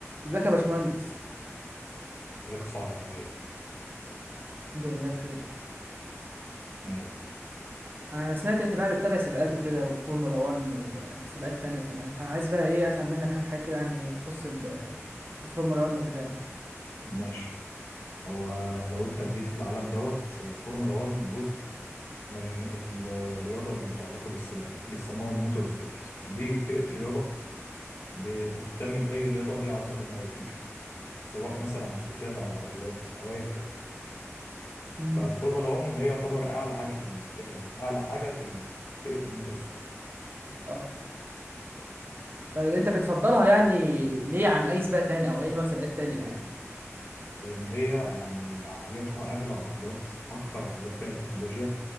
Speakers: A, on the right; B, on the left.
A: ازيك يا باشمهندس
B: ذكاء صعب عمليا
A: الحمد لله بخير
B: نعم
A: انا سمعت ان انت بقى بتتابع سباقات وكده وفورمولا 1 وسباقات تانية كمان فانا عايز بقى ايه افهم منك شويه حاجات كده يعني تخص ال- الفورمولا 1 وكده يعني
B: ماشي هو لو انت جيت في العالم دوت الفورمولا 1 جزء من الرياضة اللي متعلقة بالسباق بيسموها الموتور سبورت دي فئة رياضة ب- بتهتم بأي رياضة ليها علاقة بالمواتير سواء مثلا موتوسيكلات أو عربيات أو أيا كان
A: مم.
B: فالفورمولا 1 هي يعتبر أعلى حاجة في الفئة دي أعلى حاجة في ال- فئة الموتور سبورت
A: اه طيب انت بتفضلها يعني ليه عن اي سباق تاني او اي نوع سباقات تانية يعني
B: لأن هي يعني عربياتها أغلى عربيات أكتر عربيات فيها تكنولوجيا